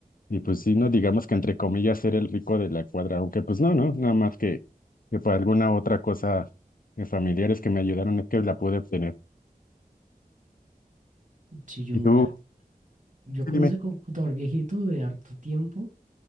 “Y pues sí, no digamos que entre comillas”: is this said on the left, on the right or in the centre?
Left